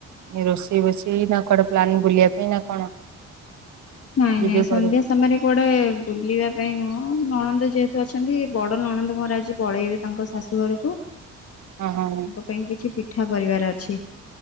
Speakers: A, on the right; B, on the left.
A: ରୋଷେଇ ବୋଷେଇ ନା କୁଆଡେ ପ୍ଲାନିଂ ବୁଲିବା ପାଇଁ ନା କଣ?
B: ନାଇଁ ନାଇଁ
A: ଯିବେ
B: ସନ୍ଧ୍ୟା
A: କୁଆଡେ
B: ସମୟରେ କୁଆଡେ ବୁଲିବା ପାଇଁ ନୁହଁ ନଣନ୍ଦ ଯେହେତୁ ଅଛନ୍ତି ବଡ ନଣନ୍ଦ ମୋର ଆ ଜି ପଳେଇବେ ତାଙ୍କ ଶାଶୁ ଘରୁକୁ।
A: ଅ ହଁ।
B: ପାଇଁ କିଛି ପିଠା କରିବାର ଅଛି।